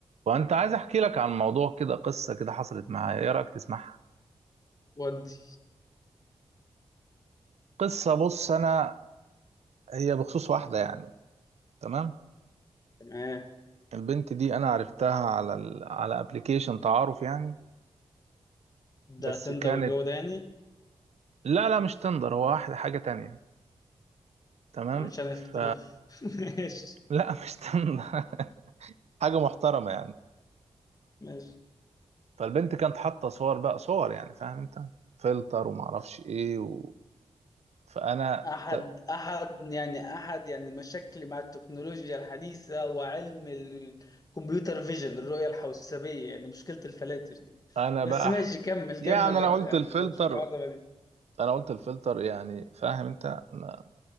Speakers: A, on the right; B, on the left.
A: وانت عايز احكي لك عن موضوع كده قصه كده حصلت معايا ايه رايك تسمعها
B: ودي
A: قصه بص انا هي بخصوص واحده يعني تمام
B: تمام
A: البنت دي انا عرفتها على ال... على ابلكيشن تعارف يعني بس
B: ده تندر
A: كانت
B: والجو ده يعني
A: لا لا مش تندر هو واحده حاجه تانية تمام
B: مش هنختلف
A: ف
B: <laughs> ماشي
A: لا <laughs> مش تندر حاجه محترمه يعني
B: ماشي
A: فالبنت كانت حاطه صور بقى صور يعني فاهم انت فلتر وما اعرفش ايه و... فانا
B: أحد
A: ت-
B: أحد يعني أحد يعني مشاكلي مع التكنولوجيا الحديثة وعلم الكمبيوتر فيجن الرؤية الحوسبية يعني مشكلة الفلاتر دي
A: انا
B: بس
A: بقى
B: ماشي
A: ح-
B: كمل
A: يعني
B: كمل
A: انا
B: يعني
A: قلت الفلتر
B: نبقى نشوف الحوار ده بعدين
A: انا قلت الفلتر يعني فاهم انت ما-